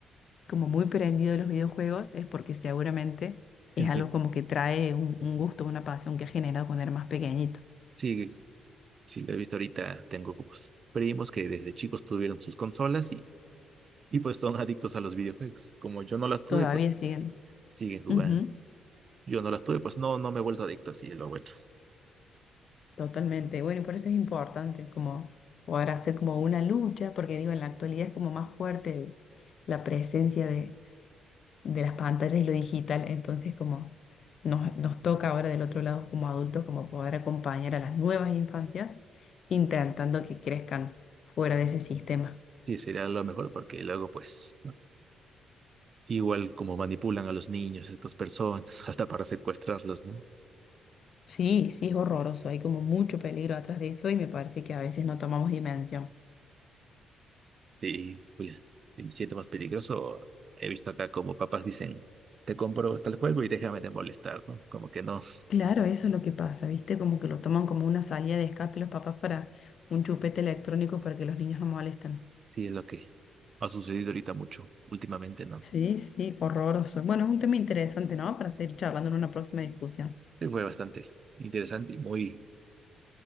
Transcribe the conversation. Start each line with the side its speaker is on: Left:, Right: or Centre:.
Left: como muy prendido de los videojuegos es porque seguramente es
Right: En
Left: algo
Right: sí,
Left: como que trae un, un gusto, una pasión que ha generado cuando era más pequeñito.
Right: sí, sí lo he visto ahorita, tengo como s- primos que desde chicos tuvieron sus consolas Y pues son adictos a los videojuegos. Como yo no las tuve,
Left: Todavía
Right: pues
Left: siguen.
Right: siguen jugando.
Left: Ujú,
Right: Yo no las tuve, pues no, no me he vuelto adicto, así es lo bueno.
Left: totalmente. Bueno, y por eso es importante como poder hacer como una lucha, porque digo, en la actualidad es como más fuerte el- la presencia de, de las pantallas y lo digital, entonces como nos, nos toca ahora del otro lado como adultos como poder acompañar a las nuevas infancias intentando que crezcan fuera de ese sistema.
Right: Sí, sería lo mejor porque luego, pues, ¿no? igual como manipulan a los niños, estas personas, <laughs> hasta para secuestrarlos, ¿no?
Left: Sí, sí, es horroroso. Hay como mucho peligro atrás de eso y me parece que a veces no tomamos dimensión.
Right: Sí, cuida. Si me siento más peligroso, he visto acá como papás dicen, te compro tal juego y déjame de molestar, ¿no? Como que no,
Left: Claro, eso es lo que pasa, ¿viste? Como que lo toman como una salida de escape los papás para un chupete electrónico para que los niños no molesten.
Right: sí es lo que ha sucedido ahorita mucho, últimamente, ¿no?
Left: Sí, sí, horroroso. Bueno, es un tema interesante, ¿no? Para seguir charlando en una próxima discusión.
Right: Sí, Fue bastante interesante y muy,